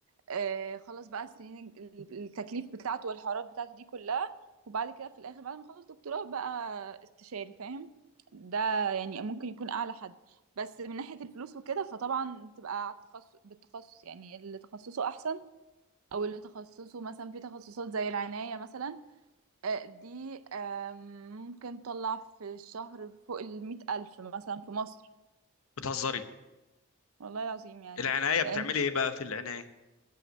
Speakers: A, on the right; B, on the left.
A: آه، خلص بقى السنين ال- التكليف بتاعته والحوارات بتاعته دي كلها وبعد كده في الاخر بعد ما اخلص دكتوراه بقى استشاري فاهم ده يعني ممكن يكون اعلى حد بس من ناحية الفلوس وكده فطبعا بتبقى على التخصص بالتخصص يعني اللي تخصصه احسن او اللي تخصصه مثلا في تخصصات زي العناية مثلا آه، دي آم، ممكن تطلع في الشهر فوق المية ألف مثلا في مصر
B: بتهزري
A: والله العظيم يعني
B: العنايه بتعملي
A: لأن
B: ايه بقى في العنايه